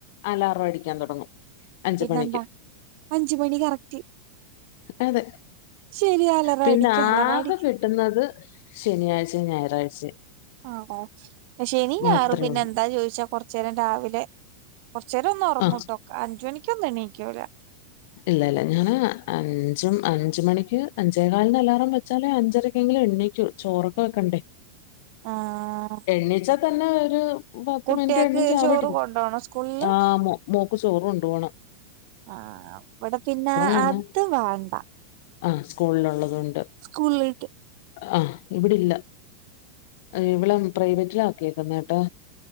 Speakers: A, on the left (about 50°); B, on the right (about 45°).
A: അലാറം അടിക്കാൻ തൊടങ്ങും അഞ്ച്
B: പിന്നെന്താ
A: മണിക്ക്
B: അഞ്ച് മണി കറക്റ്റ്
A: അതെ
B: ശരി അലറ
A: പിന്നെ
B: അടിക്ക് അലറ
A: ആക
B: അടിക്ക്
A: കിട്ടുന്നത് ശനിയാഴ്ചെ ഞായറാഴ്ചെ
B: ആ ശനിം
A: മാത്രമേ
B: ഞായറും പിന്നെ
A: ഉള്ളൂ
B: എന്താ ചോയിച്ചാ കൊർചെരം രാവിലെ കോർച്ചെരം ഒന്ന് ഒർങ്ങു
A: ആ
B: ട്ടോ അഞ്ചു മണിക്കൊന്നും എണീക്കൂല
A: ഇല്ല ഇല്ല ഞാന് അഞ്ചും അഞ്ച് മണിക്ക് അഞ്ചേ കാൽന് അലാറം വെച്ചാല് അഞ്ചരക്കെങ്കിലും എണീക്കൂ ചോറൊക്ക വെക്കണ്ടേ
B: ആഹ്
A: എണീച്ചാ തന്നെ ഒരു പത്ത്
B: കുട്ടികൾക്ക്
A: മിനിറ്റ് എണീറ്റ് അവിടിരിക്കും
B: ചോറ് കൊണ്ടോണോ സ്കൂളില്
A: ആ മൊ മോക്ക് ചോറ് കൊണ്ടു പോണം
B: ആ ഇവടെ പിന്നെ
A: വേണം
B: അത് വാണ്ട
A: ആ സ്കൂൾല് ഉള്ളത് കൊണ്ട്
B: സ്കൂൾലിണ്ട്
A: ആഹ് ഇവിടില്ല ഇവളെ പ്രൈവറ്റിലാ ആക്കിയേക്കുന്നേ ട്ടോ